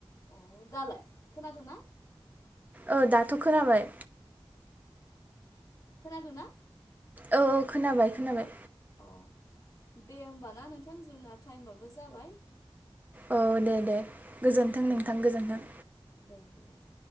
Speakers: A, on the left (about 35°); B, on the right (about 15°).
A: अ दालाय खोनादोंना?
B: ओ दाथ' खोनाबाय।
A: खोनादोंना?
B: औ औ खोनाबाय खोनाबाय।
A: औ दे होमबा ना नोंथां जोंना टाइमाबो जाबाय।
B: औ दे दे। गोजोन्थों नोंथां
A: औ
B: गोजोन्थों।
A: दे गोजोन्थों